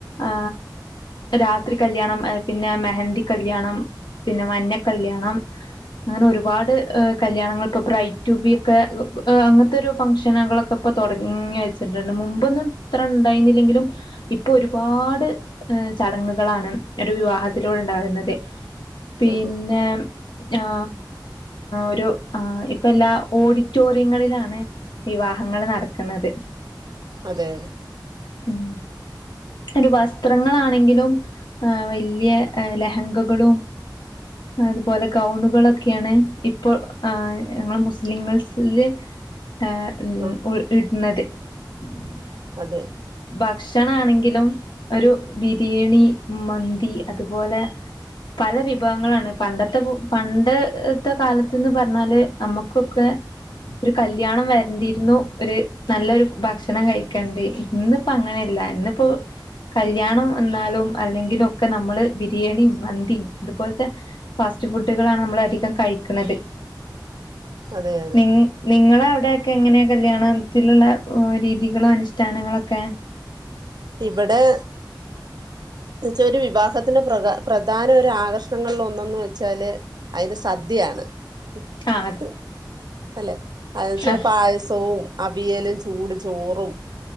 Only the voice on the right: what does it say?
അതെ
അതെ അതെ
അതെ ആ
അതെ
അതെ അതെ
ഇവിടെ ന്ന വെച്ച ഒരു വിവാഹത്തിന്റെ പ്ര പ്രധാന ഒരു ആകർഷണങ്ങളിൽ ഒന്ന <unintelligible> <unintelligible> സദ്യയാണ്
<inaudible> അല്ലെ <unintelligible> വെച്ചാ
പായസവും അവിയലും ചൂട് ചോറും